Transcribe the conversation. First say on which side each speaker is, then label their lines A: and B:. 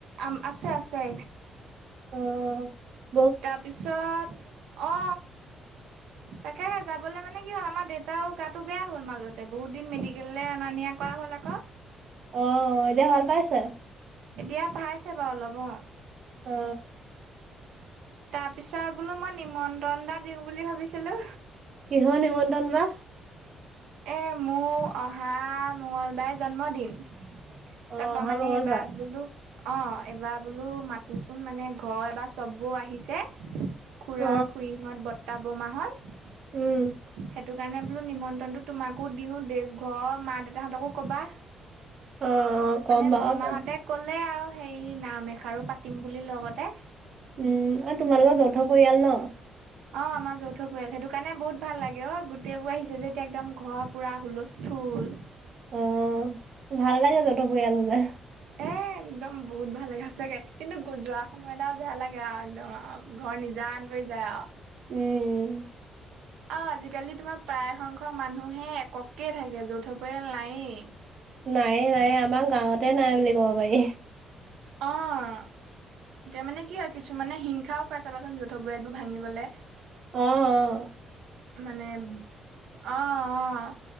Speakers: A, on the right; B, on the right.
A: আম আছে আছে
B: অ অ
A: তাৰপিছত অ তাকে যাবলে মানে কি হ'ল আমাৰ দেউতাও গাটো বেয়া হ'ল মাজতে বহুত দিন মেডিকেললে অনা নিয়া কৰা হ'ল আকৌ
B: অ এতিয়া ভাল পাইছে।
A: এতিয়া পাইছে বাৰু অলপ অ
B: অ
A: তাৰ পিছত বোলো মই নিমন্ত্ৰণ এটা দিওঁ বুলি ভাবিছিলো
B: কিহৰ নিমন্ত্ৰন বা
A: এই মোৰ অহা মঙলবাৰে জন্মদিন
B: অ
A: তাপা
B: অহা
A: মানে
B: মংগলবাৰ।
A: এবা বোলো অ এবাৰ বোলো মাতোচোন মানে ঘৰ এবাৰ চববোৰ আহিছে খুৰা-খুৰীহত,
B: অ
A: বৰ্তাই-বমাহত
B: উম
A: সেইটো কাৰণে বোলো নিমন্ত্ৰণটো তোমাকো দিওঁ দে, ঘৰ মা দেউতাহঁতকো কবা
B: অ অ ক'ম
A: মানে
B: বাৰু
A: বৰমাহঁতে
B: তাত
A: কলে আৰু সেই নাম এষাৰো পাতিম বুলি লগতে
B: উম আৰু তোমাৰ লগৰ যৌথ পৰিয়াল ন
A: অ আমাৰ যৌথ পৰিয়াল সেইটো কাৰণে বহুত ভাল লাগে অ গোটেই বোৰ আহিছে যেতিয়া একদম ঘৰত পুৰা হুলস্থুল
B: অ ভাল লাগে যৌথ পৰিয়াল হলে
A: এ একদম বহুত ভাল লাগে সঁচাকে কিন্তু গোজোৱা সময় আও বেয়া লাগে আও একদম আও ঘৰ নিজান বনি যায় আও
B: উম উম
A: আও আজিকালি তোমাৰ প্ৰায়সংখ্যক মানুহে এককে থাকে যৌথ পৰিয়াল নাইয়ে
B: নাই নাই আমাৰ গাঁৱতে নাই বুলি ক'ব পাৰি।
A: অঁ এতিয়া মানে কি হয়, কিছুমানে হিংসাও কৰে চাবাচোন যৌথ পৰিয়ালবোৰ ভাঙিবলে।
B: অঁ অঁ।
A: মানে অঁ অঁ।